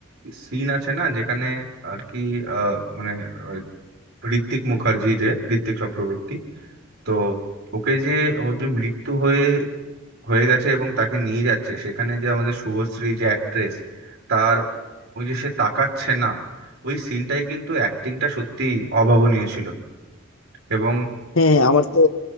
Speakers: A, on the right; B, on the left.
A: সিন আছে না যেখানে আর কি আহ, মানে আহ, ঋত্বিক মুখার্জি যে ঋত্বিক চক্রবর্তী তো ওকে যে ওর যে মৃত্যু হয়ে হয়ে গেছে এবং তাকে নিয়ে যাচ্ছে সেখানে যে আমাদের শুভশ্রী যে অ্যাক্ট্রেস তার ওই যে সে তাকাচ্ছে না ওই সিনটাই কিন্তু অ্যাক্টিংটা সত্যি অভাবনীয় ছিল এবং
B: হ্যাঁ হ্যাঁ, আমার তো